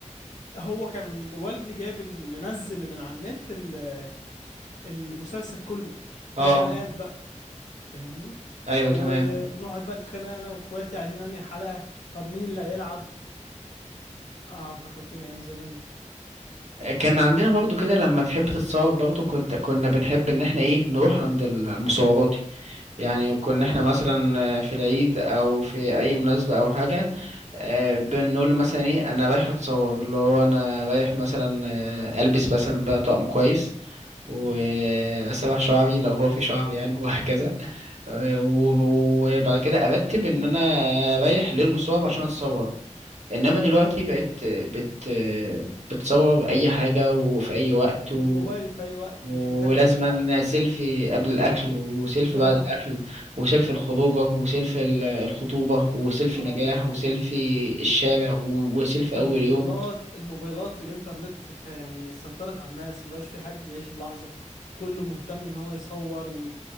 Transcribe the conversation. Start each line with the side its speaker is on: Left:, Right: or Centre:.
Left: هو كان والدي جايب ال- منزل من على النت ال- المسلسل كله
Right: اه
Left: هي حلقات بقى فاهمني
Right: ايوه
Left: و...
Right: تمام
Left: ونقعد بقى نتخانق انا واخواتي عايزين انهي حلقة طب مين اللي هيلعب اه فكرتني ايام زمان
Right: كان عندنا برضو كده لما تحب تتصور برضو كنت كنا بنحب ان احنا ايه نروح عند ال- المصورات يعني كنا احنا
Left: اه
Right: مثلا في العيد او في اي مناسبة او حاجة آه، بنقول له مثلا ايه انا رايح اتصور اللي هو انا رايح مثلا آه، البس مثلا بقى طقم كويس واسرح
Left: امم
Right: شعري لو هو في شعر يعني <laughs> وهكذا
Left: <laughs>
Right: آه، و- وبعد كده ارتب ان انا رايح للمصور عشان اتصور انما دلوقتي بقيت بت بتصور اي حاجه وفي اي وقت و...
Left: الموبايل في اي وقت
Right: ولازما
Left: مش محتاج تروح لحد
Right: سيلفي قبل الاكل وسيلفي
Left: اه
Right: بعد الاكل وسيلفي الخروجه وسيلفي ال- الخطوبه وسيلفي
Left: اه
Right: نجاح
Left: ال-
Right: وسيلفي الشارع وسيلفي
Left: الموبايلات
Right: اول يوم
Left: الموبايلات والانترنت خ- يعني سيطرت على الناس مبقاش في حد يعيش اللحظة كله مهتم ان هو يصور